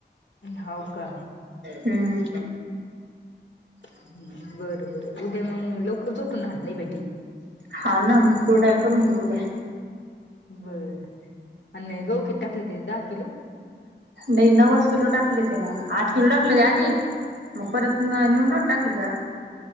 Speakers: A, on the left; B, on the right.
A: हाव का
B: हम्म.
A: हम्म बरं बरं उद्या मंग लवकर झोपून हाट नाही भेटी.
B: हा ना मग कुरडया करून घेऊ उद्या.
A: बरं आणि गहूं किती टाकले ते दहा किलो?
B: मी नवच किलो टाकले ते ना आठ किलो टाकले ते आदी. मग परत न नेऊन टाकलं का?